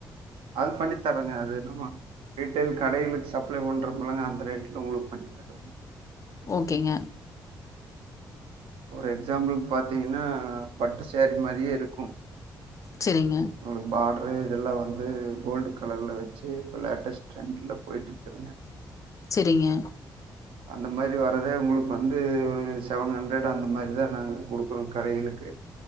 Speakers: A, on the right; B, on the left.
A: ம் பண்ணித் தர்ரங்க அது என்னமோ ரீட்டேள் கடைளுக்கு சப்ளை பண்றப்பல்லங்க அந்த ரேட்ல உங்களுக்கு பண்ணி தர்ரங்க
B: ஓகேங்க
A: ஒரு எக்ஸாம்பிள் பாத்தீங்கன்னா பட்டு சேரீ மாரியே இருக்கூ
B: சரிங்க,
A: உங்ளுக்கு பார்டர் ரே இப்ப இதெல்லா வந்து கோல்டு கலர்ல வெச்சு இப்ப லேட்டஸ்ட் டிரிண்ட்ல போய்ட்டு இருக்குதுங்க
B: செரிங்க
A: அந்த மாரி வர்ரத உங்களுக்கு வந்து ஒரு செவன் ஹண்ட்ரட் அந்த மாரிதா நாங்க குடுக்குறோ கடைகளுக்கு